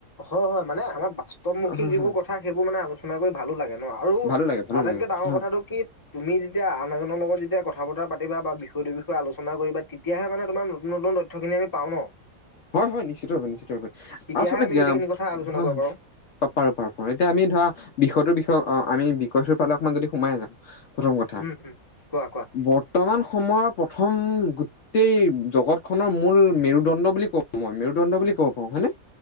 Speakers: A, on the left; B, on the left.
A: হয় হয় মানে আমা বাস্তৱমুখী
B: হয়
A: যিবোৰ
B: হয়
A: কথা সেইবোৰ মানে আলোচনা কৰি ভালো লাগে। ন' আৰু
B: ভালো লাগে ভালো
A: আটাইতকে
B: লাগে
A: ডাঙৰ
B: হয়
A: কথাটো কি তুমি যেতিয়া আন এজনৰ লগত যেতিয়া ক থা বতৰা পাতিবা বা বিষয়টোৰ বিষয়ে আলোচনা কৰিবা তেতিয়াহে মানে তোমাৰ নতুন নতুন তথ্য খিনি আমি পাওঁ ন'।
B: হয় হয়, নিশ্চিত ৰূপে নিশ্চিত ৰূপে
A: তেতিয়াহে
B: আৰু আচলতে
A: আমি
B: জ্ঞা
A: গোটেইখিনি
B: পাম
A: কথা আলোচনা
B: হয়
A: কৰিব
B: হয়।
A: পাৰো
B: পাৰ পাৰ পাৰ এতিয়া আমি ধৰা বিষয়টোৰ বিষয়ে অঁ আমি বিষয়টোৰ ফালে অকমান যদি সোমাই যাওঁ প্ৰথম কথা,
A: উম উম কোৱা কোৱা
B: বৰ্তমান সময়ৰ প্ৰথম গোট টেই জগত খনৰ মূল মেৰুদণ্ড বুলি কওঁ মই মেৰুদণ্ড বুলি ক'ব পাৰো হয় নে?